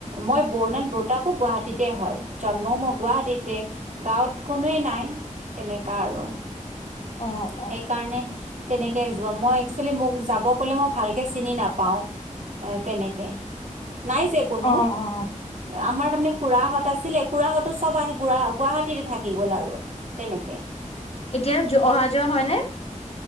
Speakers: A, on the right; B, on the left.
A: মই বৰ্ণাত ব তাকো গুৱাহাটীতে হয় জন্মও মোৰ গুৱাহাটীতে গাঁৱত। কোনোৱেই নাই তেনেকা আৰু।
B: অ অ
A: সেইকাৰণে তেনেকে যোৱা মই একচেলি মোক। যাব ক'লে মই ভালকে চিনি নাপাওঁ তেনেকে। নাই যে কোনো
B: অ অ
A: আমাৰ। তাৰমানে খুৰাহঁত আছিলে খুৰাহঁতো চব আহি গুৰা গুৱাহাটীতে থাকি গ'ল আৰু তেনেকে।
B: এতিয়া অহা যোৱা হয় নে?